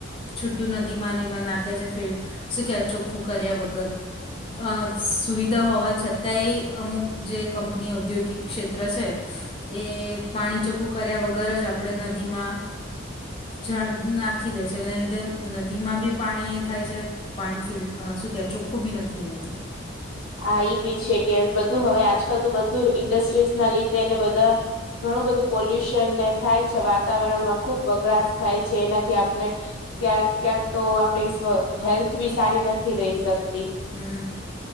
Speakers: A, on the left; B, on the left.
A: છૂટું નદીમાં ને એમાં નાખે છે <unintelligible> શું કે ચોખ્ખું કર્યા વગર. અ સુવિધા હોવા છત તા એ અમુક જે કંપની ઔદ્યોગિક ક્ષેત્ર છે. એ પાણી ચોખ્ખું કર્યા વગર જ આપણે નદીમાં જળ નાખી દે છે એટલે એ લીધે નદીમાં બી પાણી એ થાય છે પાણી ફિલ શું કે ચોખ્ખું બી નથી રહેતું
B: આ એ બી છે કે બધું હવે આજકાલ તો બધું ઇન્ડસ્ટ્રીઝ ના લીધે બધા ઘણું બધું પોલ્યુશનને થાય છે વાતાવરણમાં ખુબ બગડાશ થાય છે એનાથી આપણે ક્યાંક ક્યાંક તો આપડી હેલ્થ બી સારી નથી રહી શકતી
A: હા